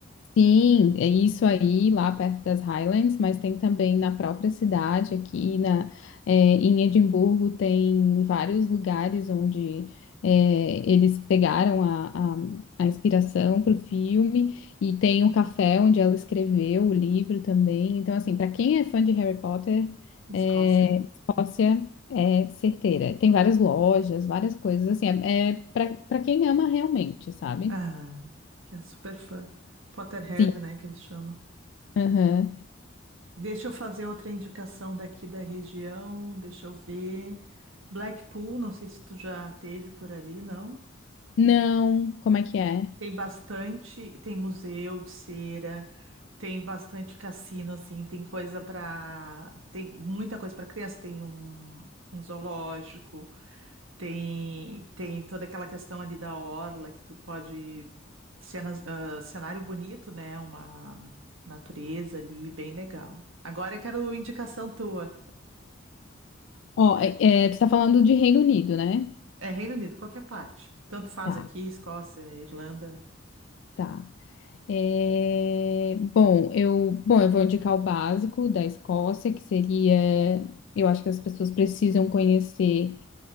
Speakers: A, on the left; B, on the right.
A: Sim, é isso aí, lá perto das Highlands, mas tem também na própria cidade, aqui na, é, em Edimburgo, tem vários lugares onde é, eles pegaram a, a, a inspiração para o filme, e tem o café onde ela escreveu o livro também. Então, assim, para quem é fã de Harry Potter,
B: Escócia.
A: é, Escócia é certeira. Tem várias lojas, várias coisas, assim, é, é para para quem ama realmente, sabe?
B: Ah, que é super fã. Potterhead,
A: Sim.
B: né, que eles chamam.
A: Aham.
B: Deixa eu fazer outra indicação daqui da região, deixa eu ver. Blackpool, não sei se tu já teve por ali, não?
A: Não, como é que é?
B: Tem bastante, tem museu de cera, tem bastante cassino, assim, tem coisa para, tem muita coisa para criança, tem um, um zoológico, tem tem toda aquela questão ali da orla que tu pode Cenas, ah, cenário bonito, né? Uma natureza ali, bem legal. Agora eu quero indicação tua.
A: Ó, é, é, tu tá falando de Reino Unido, né?
B: É Reino Unido, qualquer parte. Tanto faz
A: Tá,
B: aqui, Escócia, Irlanda. <laughs>
A: tá. É, bom, eu, bom, eu vou indicar o básico da Escócia, que seria, eu acho que as pessoas precisam conhecer